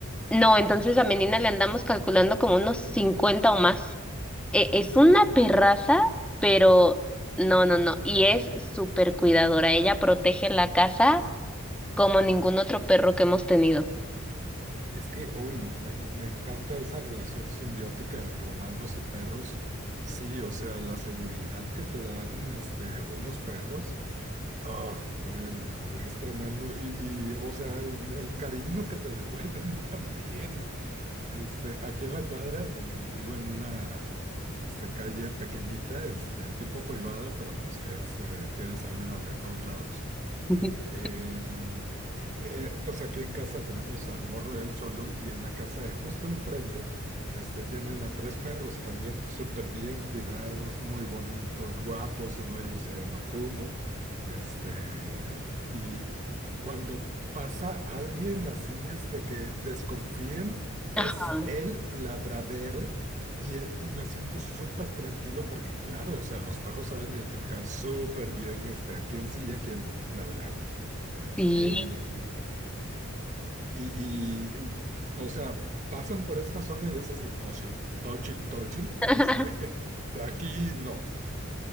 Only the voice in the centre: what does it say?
No, entonces a Menina le andamos calculando como unos 50 o más. E- es una perraza, pero no, no, no. Y es súper cuidadora. Ella protege la casa como ningún otro perro que hemos tenido.
<laughs>
Ajá,
sí.
<laughs>